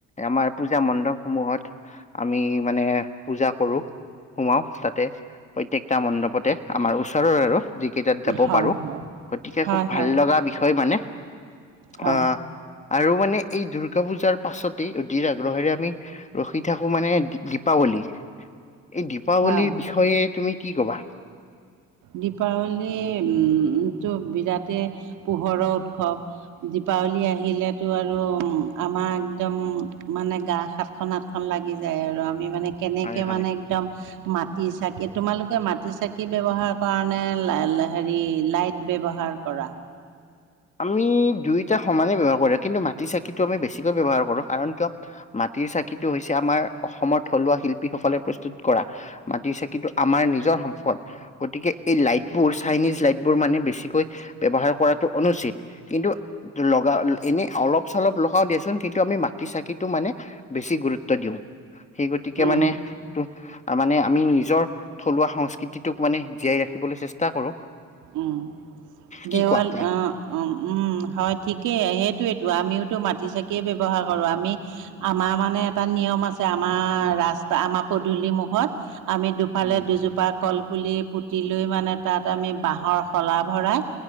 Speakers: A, on the left (about 25°); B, on the right (about 85°).
A: আমাৰ পূজা মণ্ডপ সমূহত আমি মানে পূজা কৰোঁ সোমাও তাতে প্ৰত্যকটা মণ্ডপতে আমাৰ ওচৰৰ আৰু যিকেইটাত যাব
B: হয়
A: পাৰো
B: হয়
A: গতিকে
B: হয়
A: খুব ভাল
B: হয়
A: লগা বিষয় মানে।
B: হয়
A: আহ আৰু মানে এই দুৰ্গা পূজাৰ পাছতেই অধিৰ আগ্ৰহেৰে আমি ৰখি থাকো মানে দি দীপাৱলী এই দীপাৱলীৰ
B: হয়
A: বিষয়ে তুমি কি কবা
B: দীপাৱলী উম টো বিৰাটে পোহৰৰ উৎসৱ দীপাৱলী আহিলেতো আৰু উম আমাৰ একদম মানে গা হাত খন হাতখন লাগি যায় আৰু আমি মানে কেনেকে
A: হয় হয়
B: মানে একদম মাটি চাকি তোমালোকে মাটি চাকি ব্যৱহাৰ কৰানে লা লা হেৰি লাইট ব্যৱহাৰ কৰা
A: আমি দুয়োটা সমানে ব্যৱহাৰ কৰে কিন্তু মাটি চাকিটো আমি বেছিকৈ ব্যৱহাৰ কৰোঁ কাৰণ কিয় মাটিৰ চাকিটো হৈছে আমাৰ অসমৰ থলুৱা শিল্পীসকলে প্ৰস্তুত কৰা মাটি চাকিটো আমাৰ নিজৰ সম্পদ গতিকে এই লাইট বো চাইনিজ লাইট বোৰ মানে বেছিকৈ ব্যৱহাৰ কৰাটো অনুচিত কিন্তু লগা এনে অলপ চলপ লগাও দিয়াচোন কিন্তু আমি মাটি চাকিটো মানে বেছি গুৰুত্ব দিওঁ সেই গতিকে
B: উম,
A: মানে টো আ মানে আমি নিজৰ থলুৱা সংস্কৃতিটোক মানে জীয়াই ৰাখিবলে চেষ্টা কৰো
B: উম
A: কি
B: দেৱাল
A: কোৱা তুমি
B: আ অ উম হয় ঠিকেই সেইটোয়েতো আমিওতো মাটি চাকিয়ে ব্যৱহাৰ কৰো আমি আমাৰ মানে এটা নিয়ম আছে আমাৰ ৰাচ আমাৰ পদূলি মুখত আমি দুফালে
A: উম
B: দুজোপা কলপুলি পুতি লৈ মানে তাত আমি বাঁহ হৰ শলা ভৰাই